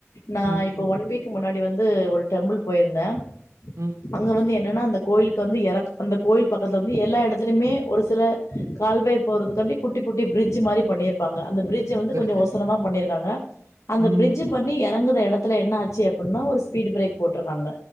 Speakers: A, on the left; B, on the right.
A: நா
B: ம்
A: இப்ப
B: ம்
A: ஒன் வீக் கு முன்னாடி வந்து ஒரு டெம்புள் பொயிருந்தே
B: ம்.
A: அங்க வந்து என் னனா அந்த கோயிலுக்கு வந்து எறக் அந்த கோயில் பக்கத்லர்ந்து எல்லா எடத்துலய்மே ஒரு சில கால்வாய் போறதுக்காண்டி குட்டி குட்டி பிரிட்ஜி மாரி பண்ணிர்ப்பாங்க அந்த பிரிட்ஜ வந்து
B: சரி
A: கொஞ்சொ
B: சரி
A: ஒசரமா பண்ணிருக்காங்க அந்த
B: ம்
A: பிரிட்ஜு பண்ணி எறங்குற எடத்துல என்ன ஆச்சி அப்புட்னா ஒரு ஸ்பீடு பிரேக் போட்ருக்காங்க